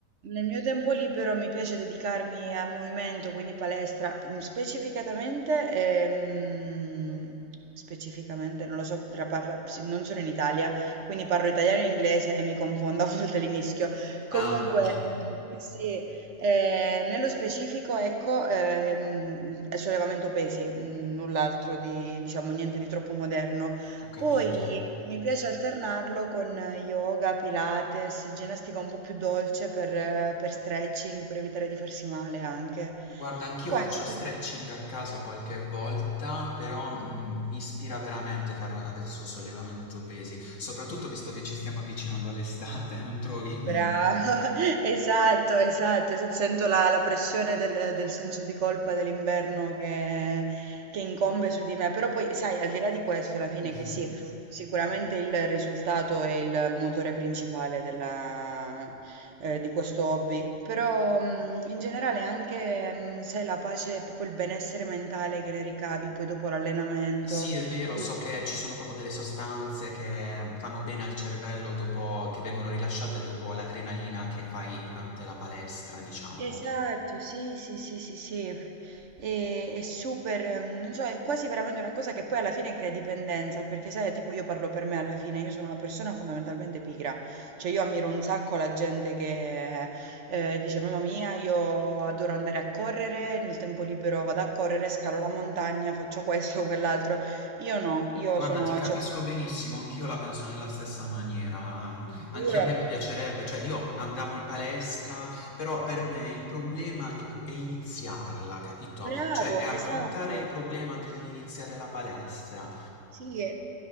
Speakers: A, on the right (about 65°); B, on the left (about 65°).
A: nel mio tempo libero mi piace dedicarmi al movimento, quindi palestra, mm, specificatamente, ehm, specificamente, non lo so, tra parla- sì, non sono in Italia, quindi parlo italiano e inglese e mi confondo, <laughs> a volte li mischio. Comunque,
B: Ah, ok,
A: mm, sì, Eh, nello specifico, ecco, ehm, è sollevamento pesi, mm, null'altro di, diciamo, niente di troppo moderno.
B: ho capito.
A: Poi mi piace alternarlo con yoga, pilates, ginnastica un po' più dolce per, eh, per stretching, per evitare di farsi male anche.
B: Guarda, anch'io
A: Questo.
B: faccio stretching a casa qualche volta, però mm, mi ispira veramente fare adesso sollevamento pesi, soprattutto visto che ci stiamo avvicinando all'estate, <laughs> non trovi?
A: Brava, <laughs> esatto, esatto, esatto. Sento la, la pressione del, del senso di colpa dell'inverno che, che incombe su di me, però poi sai, al di là di questo, alla fine
B: Mhm.
A: che sì, sicuramente il risultato è il motore principale della, eh, di questo hobby, però mh, in generale anche, mh, sai, la pace, proprio il benessere mentale che ne ricavi poi dopo l'allenamento.
B: Sì, è vero,
A: quindi-
B: so che ci sono proprio delle sostanze che fanno bene al cervello dopo che vengono rilasciate dopo l'adrenalina che fai durante la palestra, diciamo.
A: Esatto, sì, sì, sì, sì, sì, f- e- è, super, ehm, non so, è quasi veramente una cosa che poi alla fine crea dipendenza, perché sai, tipo io parlo per me alla fine, io sono una persona fondamentalmente pigra, cioè io ammiro un sacco la gente che eh, dice, mamma mia, io adoro andare a correre, nel tempo libero vado a correre, scalo la montagna, faccio questo, <laughs> quell'altro, io no, io
B: Guarda,
A: sono,
B: ti capisco
A: cioè,
B: benissimo, anch'io la penso nella stessa maniera. mm,
A: ti
B: Anche
A: giuro,
B: a me mi piacerebbe, cioè io andavo in palestra, però per me il problema è, cu- è iniziarla, capito?
A: bravo,
B: Cioè è affrontare
A: esatto,
B: il problema dell'iniziare la palestra.
A: sì, è